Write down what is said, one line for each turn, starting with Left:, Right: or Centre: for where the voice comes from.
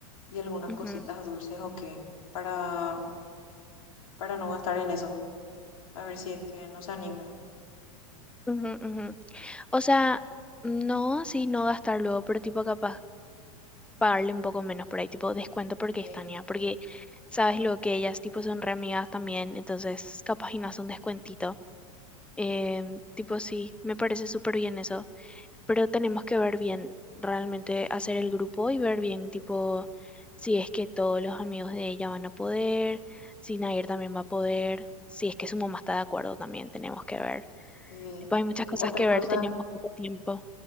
Left: y algunas
Centre: Ujú,
Left: cositas dulces o qué, para, para no gastar en eso, a ver si es que nos anima.
Centre: ujú, ujú. O sea, no así no gastar luego, pero tipo capaz pagarle un poco menos por ahí, tipo descuento porque
Left: Sí,
Centre: es Tania, porque sabes lo que ellas tipo son re amigas también, entonces capaz y no hace un descuentito. Em, tipo sí, me parece súper bien eso. pero tenemos que ver bien, realmente hacer el grupo y ver bien, tipo, si es que todos los amigos de ella van a poder, si Nair también va a poder, si es que su mamá está de acuerdo también, tenemos que ver.
Left: sí.
Centre: Tipo, hay muchas
Left: Y
Centre: cosas
Left: otra
Centre: que
Left: cosa,
Centre: ver, tenemos poco tiempo.